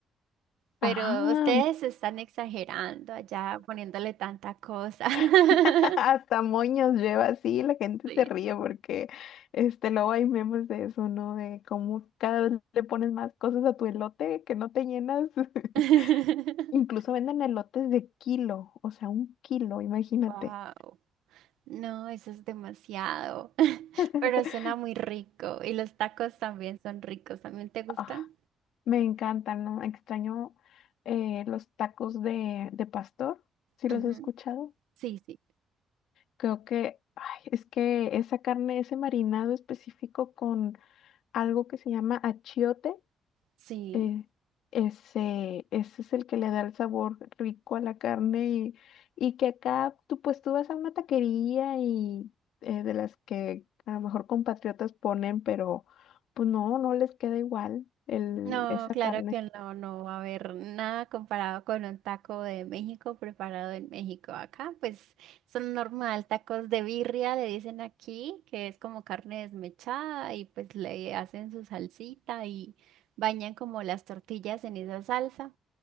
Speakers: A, on the right (about 85°); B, on the left (about 75°).
A: Pero
B: Ajá,
A: ustedes están exagerando allá poniéndole tanta cosa. <laughs>
B: <laughs> hasta moños lleva así, la gente
A: Sí.
B: se ríe porque este, luego hay memes de eso, ¿no? De cómo cada vez le pones más cosas a tu elote que no te llenas. <laughs>
A: <laughs>
B: Incluso venden elotes de kilo, o sea, un kilo, imagínate.
A: Wow. No, eso es demasiado, <laughs>
B: <laughs>
A: pero suena muy rico y los tacos también son ricos. ¿También te gustan?
B: Ah, me encantan, ¿no? Extraño eh, los tacos de, de pastor, si
A: Ujú.
B: los he escuchado.
A: Sí, sí,
B: Creo que, ay, es que esa carne, ese marinado específico con algo que se llama achiote,
A: sí.
B: eh, ese, ese es el que le da el sabor rico a la carne y, y que acá tú pues tú vas a una taquería y eh, de las que a lo mejor compatriotas ponen, pero pues no, no les queda igual el,
A: No,
B: esa
A: claro
B: carne.
A: que no, no va a haber nada comparado con un taco de México preparado en México. Acá, pues son normal, tacos de birria, le dicen aquí, que es como carne desmechada y pues le hacen su salsita y bañan como las tortillas en esa salsa.